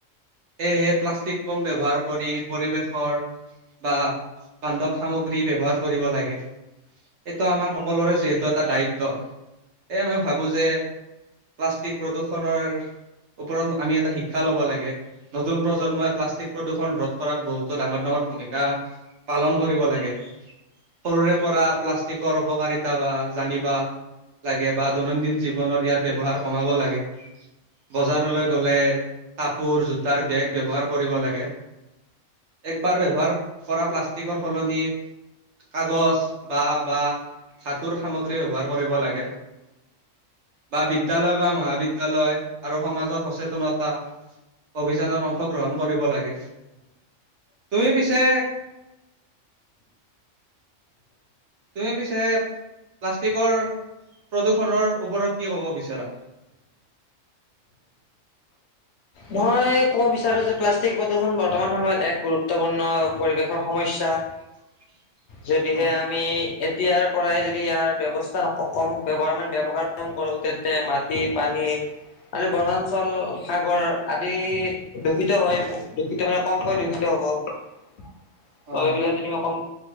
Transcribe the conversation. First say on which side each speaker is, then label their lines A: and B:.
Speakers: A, on the right; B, on the left.
A: সেয়েহে প্লাষ্টিক কম ব্যৱহাৰ কৰি পৰিৱেশৰ বা বান্ধৱ সামগ্ৰী ব্যৱহাৰ কৰিব লাগে এইটো আমাৰ সকলোৰে যিহেতু এটা দায়িত্ব এয় মই ভাবো যে প্লাষ্টিক প্ৰদূৰষণৰ ওপৰত আমি এটা শিক্ষা ল'ব লাগে নতুন প্ৰজন্মই প্লাষ্টিক প্ৰদূষণ ৰোধ কৰাত বহুতো ডাঙৰ ডাঙৰ ভূমিকা পালন কৰিব লাগে সৰুৰে পৰা প্লাষ্টিকৰ অপকাৰিতা বা জানিবা লাগে বা দৈনন্দিন জীৱনৰত ইয়াৰ ব্য্ৱহাৰ কমাব লাগে বজাৰলৈ গলে কাপোৰ জোতাৰ বেগ ব্যৱহাৰ কৰিব লাগে একবাৰ ব্যৱহাৰ কৰা প্লাষ্টিকৰ সলনি কাগজ বা বা ধাতুৰ সামগ্ৰী ব্যৱহাৰ কৰিব লাগে বা বিদ্যয়ালয় বা মহাবিদ্যালয় আৰু সমাজৰ সচেতনতা অভিযানত অংশগ্ৰহণ কৰিব লাগে তুমি পিছে তুমি পি চয় প্লাষ্টিকৰ প্ৰদূ্ষণৰ ওপৰত কি ক'ব বিচাৰা
B: মই ক'ব বিচাৰো যে প্লাষ্টিক প্ৰদূষণ বৰ্তমান সময়ত এক গুৰুত্বপূৰ্ণ পৰিৱেশৰ সমস্্যা
A: <unintelligible>
B: যদিহে
A: অ',
B: আমি এতিয়াৰ পৰাই যদি ইয়াৰ ব্যৱস্থাৰ <unintelligible> ব্যবহাৰ কৰো তেন্তে মাটি পানী <unintelligible> আৰু বনাঞ্চল সাগৰ আদি দূষিত হৈ, দূষিত মানে কমকৈ দূষিত হ'ব। ত
A: অ',
B: এইবিলাক যেনিবা কম